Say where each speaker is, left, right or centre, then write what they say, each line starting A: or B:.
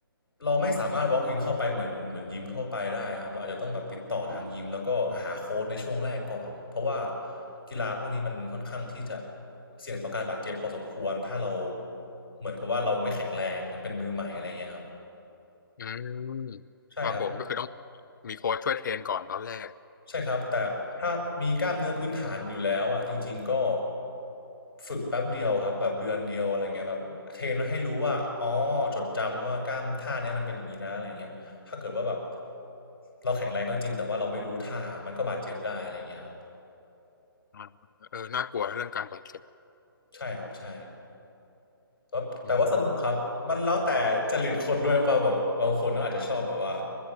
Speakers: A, on the left (about 75°); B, on the left (about 55°).
A: เราไม่สามารถ walk in เข้าไปเหมือนเหมือนยิมทั่วไปได้ครับเราอาจจะต้องแบบติดต่อทางยิมแล้วก็หาโค้ชในช่วงแรกก่อนเพราะว่ากีฬาพวกนี้มันค่อนข้างที่จะเสี่ยงต่อการบาดเจ็บพอสมควรถ้าเราเหมือนกับว่าเราไม่แข็งแรงยังเป็นมือใหม่อะไรเงี้ยครับ
B: อืม
A: ใช่ครับ
B: ครับผมก็คือต้องมีโค้ชช่วยเทรนก่อนตอนแรก
A: ใช่ครับแต่ถ้ามีกล้ามเนื้อพื้นฐานอยู่แล้วอ่ะจริงๆก็ฝึกแป๊บเดียวครับแบบเดือนเดียวอะไรเงี้ยแบบเทรนมาให้รู้ว่าอ๋อจดจำว่ากล้ามท่าเนี้ยมันเป็นอย่างนี้นะอะไรเงี้ยถ้าเกิดว่าแบบเราแข็งแรงก็จริงแต่ว่าเราไม่รู้ท่ามันก็บาดเจ็บได้อะไรเงี้ยครับ
B: อ่าเออน่ากลัวนะเรื่องการบาดเจ็บ
A: ใช่ครับใช่ ก็แต่ว่าสนุกครับมันแล้วแต่จริตคนด้วยป่ะแบบบางคนก็อาจจะชอบแบบว่า
B: อืม